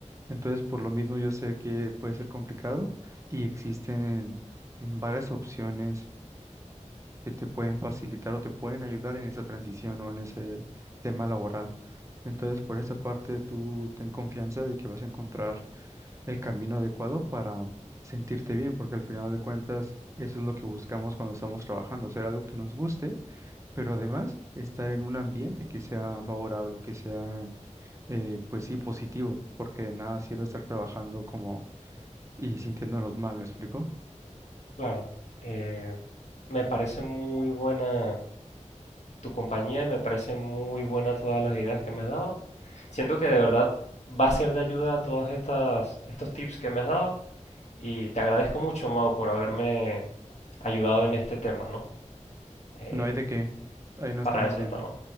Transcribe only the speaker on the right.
Entonces, por lo mismo, yo sé que puede ser complicado y existen mm, varias opciones que te pueden facilitar o te pueden ayudar en esa transición o en ese tema laboral. Entonces, por esa parte, tú ten confianza de que vas a encontrar el camino adecuado para sentirte bien, porque al final de cuentas, eso es lo que buscamos cuando estamos trabajando, hacer algo que nos guste, pero además estar en un ambiente que sea favorable o que sea, eh, pues sí, positivo, porque de nada sirve estar trabajando como y sintiéndonos mal, ¿me explico?
No hay de qué, ahí no estamos
viendo.